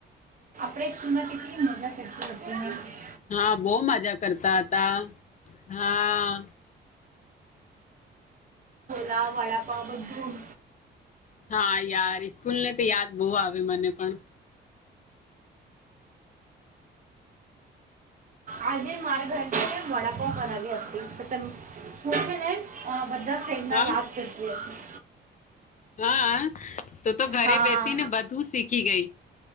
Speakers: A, on the right; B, on the left.
A: અપડે સ્કૂલમાં કેટલી મજા કરતા <unintelligible>
B: હા બહુ મજા કરતા હતા. હા.
A: લા વાડાપાવ બધું.
B: હા યાર સ્કૂલ ને તો યાદ બહુ આવે મને પણ.
A: આજે મારા ઘર વડાપાવ બનાવી હતી <unintelligible> હને છે ને બધા ફ્રેન્ડ
B: હા
A: ના યાદ કરતી હતી.
B: હા તો તો ઘરે
A: હા
B: બેસીને બધું શીખી ગઈ.